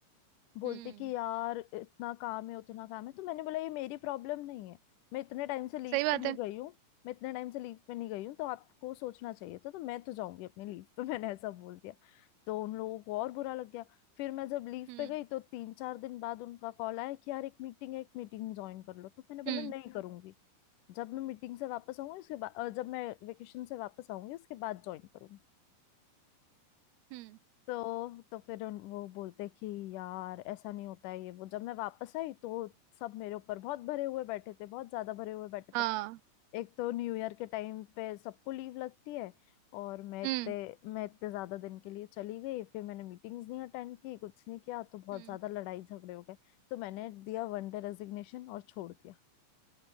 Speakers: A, on the left (about 80°); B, on the right (about 75°).
A: बोलते
B: हम्म
A: कि यार इतना काम है उतना काम है तो मैंने बोला ये मेरी प्रॉब्लम नहीं है मैं इतने टाइम से लीव
B: सही बात
A: पे नहीं
B: है
A: गई हूँ मैं इतने टाइम से लीव पे नहीं गई हूँ तो आपको सोचना चाहिए था तो मैं तो जाऊंगी अपनी लीव पे <laughs> मैंने ऐसा बोल दिया तो उन लोगों को और बुरा लग गया फिर मैं जब लीव
B: हम्म
A: पे गई तो तीन चार दिन बाद उनका कॉल आया कि यार एक मीटिंग है एक मीटिंग ज्वाइन कर लो तो मैंने बोला
B: हम्म
A: नहीं करूंगी जब मैं मीटिंग से वापस आऊंगी उसके बाद जब मैं वेकेशन से वापस आऊंगी उसके बाद ज्वाइन करूंगी
B: हम्म
A: तो तो फिर उन- वो बोलते कि यार ऐसा नहीं होता है ये वो जब मैं वापस आई तो सब मेरे ऊपर बहुत भरे हुए बैठे थे बहुत ज्यादा भरे हुए बैठे
B: हाँ
A: थे एक तो न्यू ईयर के टाइम पे सबको लीव लगती है और मैं इतने
B: हम्म
A: मैं इतने ज्यादा दिन के लिए चली गई फिर मैंने मीटिंग्स नहीं अटेंड की कुछ नहीं किया तो बहुत
B: हम्म
A: ज्यादा लड़ाई झगड़े हो गए तो मैंने दिया वन डे रेजिग्नेशन और छोड़ दिया